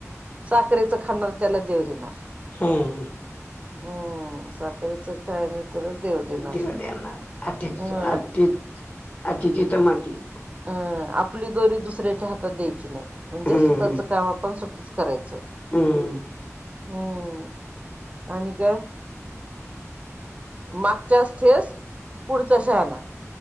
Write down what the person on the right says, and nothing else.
साखरेचं खाणार त्याला देव देणार.
हूं साखरेचं खाय नहीं त्याला देव देणार
हम्म.
अं आपली दोरी दुसऱ्याच्या हातात द्यायची नाही. म्हणजे
स्वतःच काम आपण, स्वतःच करायचं.
हूं आणि काय? मागच्याच ठेस पुढचा शहाना.